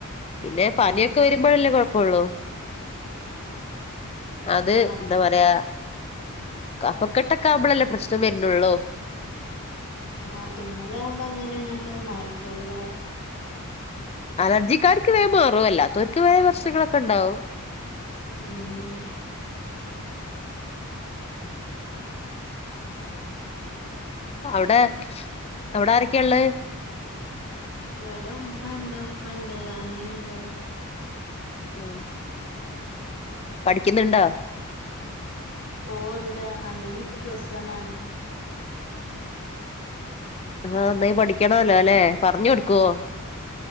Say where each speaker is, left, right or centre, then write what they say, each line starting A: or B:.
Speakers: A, on the left (about 25°); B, on the left (about 75°).
A: പിന്നെ
B: ആഹ്
A: പനിയൊക്കെ വരുമ്പോഴല്ലേ കുഴപ്പംള്ളൂ അത്
B: ആഹ് അതെ
A: ന്താപറയാ കഫക്കെട്ട് ആവുമ്പോളല്ലേ പ്രശ്നം വര്ണുള്ളൂ
B: ആഹ് തുമ്മലാവകുമ്പോ അങ്ങനെ അങ്ങട്ട് മാറിക്കോളൂല്ലേ
A: അലർജിക്കാർക്ക് വേം മാറും അല്ലാത്തവർക്ക് വേറെ പ്രശ്നങ്ങളൊക്കെ ഉണ്ടാവും
B: ഉം
A: അവടെ അവടെ ആരൊക്കെയ്ള്ളെ
B: ഇവിടെ ഉമ്മ ണ്ട് ഉപ്പ ണ്ട് അനിയന്ണ്ട്
A: ഉം പഠിക്കുന്നുണ്ടോ
B: ഓ ണ്ട് അനിയനിപ്പൊ പ്ലസ് വണ്ണാണ്
A: ആഹ് നന്നായി പഠിക്കണല്ലോല്ലെ പറഞ്ഞ് കൊടുക്കോ